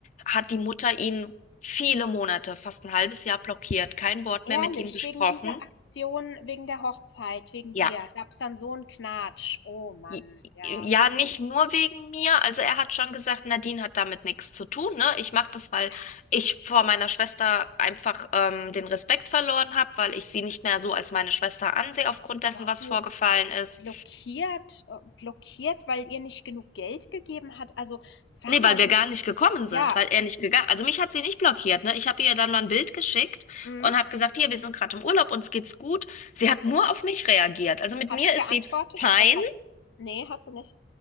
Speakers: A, on the left; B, on the left.
A: hat die Mutter ihn viele Monate, fast ein halbes Jahr blockiert, kein Wort
B: Ehrlich,
A: mehr mit ihm gesprochen.
B: wegen dieser Aktion, wegen der Hochzeit, wegen
A: Ja,
B: dir, gab's dann so einen Knatsch. Oh Mann,
A: i-
B: ja,
A: ja, nicht nur wegen mir. Also er hat schon gesagt, Nadine hat damit nichts zu tun, ne? Ich mache das, weil
B: ja.
A: ich vor meiner Schwester einfach ähm, den Respekt verloren habe, weil ich sie nicht mehr so als meine Schwester ansehe aufgrund
B: Aber
A: dessen, was
B: du,
A: vorgefallen ist.
B: Blockiert äh, blockiert, weil ihr nicht genug Geld gegeben hat? Also, sag
A: Nee, weil
B: mal
A: wir
B: du
A: gar nicht gekommen
B: ja,
A: sind, weil er nicht gegangen. Also mich hat sie nicht blockiert, ne? Ich habe ihr dann mal ein Bild geschickt
B: mhm,
A: und habe gesagt, hier, wir sind gerade im Urlaub, uns geht's gut. Sie hat
B: ja.
A: nur auf mich reagiert. Also mit
B: Hat
A: mir
B: sie geantwortet?
A: ist sie fein,
B: Was hat sie? nee hat sie nicht.